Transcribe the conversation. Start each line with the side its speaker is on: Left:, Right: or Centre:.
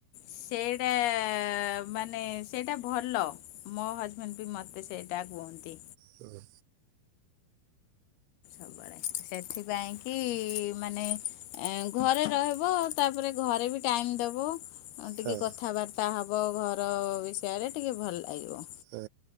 Left: ସେଇଟା ମାନେ ସେଇଟା ଭଲ। ମୋ ହଜବେଣ୍ଡବି ମତେ ସେଇଟା କୁହନ୍ତି।
Right: ହୁଁ।
Left: <inaudible> ସେଥିପାଇଁକି ମାନେ ଘରେ ରହିବ ତାପରେ ଘରେବି ଟାଇମ୍ ଦବ ଆଉ ଟିକେ
Right: ହଁ
Left: କଥାବାର୍ତ୍ତା ହବ ଘର ବିଷୟରେ ଟିକେ ଭଲ ଲାଗିବ।
Right: ହୁଁ।